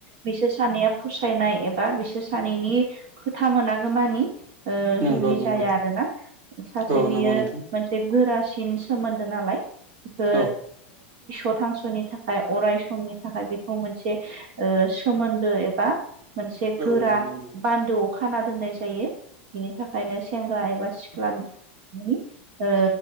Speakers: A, on the right (about 60°); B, on the right (about 40°).
A: बिसोर सानैया फसायनाय एबा बिसोर सानैनि खोथा मोनागो मानि ओ
B: नंगौ
A: जुलि
B: नंगौ
A: जाया आरोना। सासे
B: औ
A: बियो
B: नंगौ नोंथां
A: मोनसे गोरासि सिन सोमोन्दो नालाय बेखो
B: औ
A: ओ थैस' थांस' नि थाखाय अराय समनि थाखाय बेखौ मोनसे ओ सोमोन्दो एबा मोनसे
B: औ नंगौ
A: गोरा
B: नंगौ।
A: बान्दोआव खाना दोननाय जायो। बेनि थाखायनो सेंग्रा एबा सि ख्लानि ओ